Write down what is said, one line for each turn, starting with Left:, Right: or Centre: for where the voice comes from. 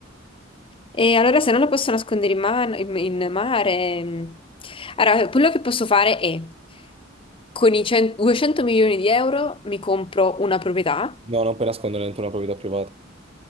Left: E allora se non lo posso nascondere in, mano- in- in mare... mm. Allora, quello che posso fare è, con i 100 200 milioni di euro mi compro una proprietà,
Right: No, non puoi nasconderlo dentro una proprietà privata.